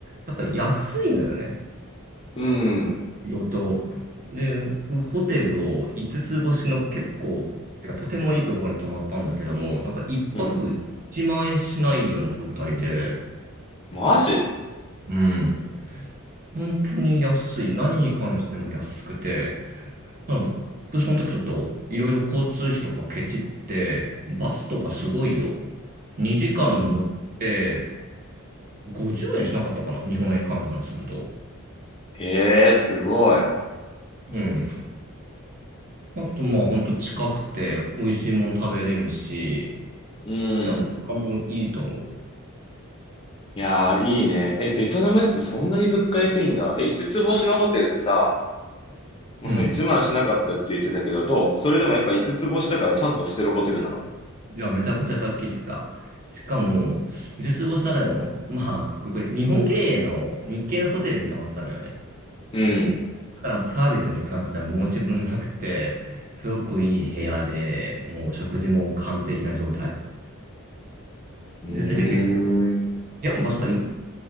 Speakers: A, on the right; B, on the left.
A: やっぱり安いのよね。
B: うん、
A: 色と。で、僕ホテルを5つつ星の結構、てかとてもいいところに泊まったんだけども、なんか1泊1万円しないような状態で、
B: うん。マジ
A: うん。本当に安い。何に関しても安くて、なんか僕その時ちょっといろいろ交通費とかケチって、バスとかすごいよ。2時間乗って
B: うん。
A: 50円しなかったかな。日本円換算にすると。
B: へえ、すごい。
A: うん。あとまあ本当近くて美味しいもん食べれるし、
B: うん。
A: いや、もういいと思
B: いやー、いいね。え、ベトナムってそんなに物価安いんだ。え、五つ星のホテルってさ、もうその1万しなかったって言ってたけど、
A: う。うん。
B: どうそれでもやっぱ五つ星だからちゃんとしてるホテルなの
A: いや、めちゃくちゃちゃっきりしてた。しかも、五つ星の中でも、まあ、これ、これ日本経営の日系のホテルに泊まったのよね。
B: うん。
A: だからもうサービスに関しては申し分なくて、すごくいい部屋で、もう食事も完璧な状態。
B: うー
A: で、それで結構、部
B: ん。
A: 屋も確かいい、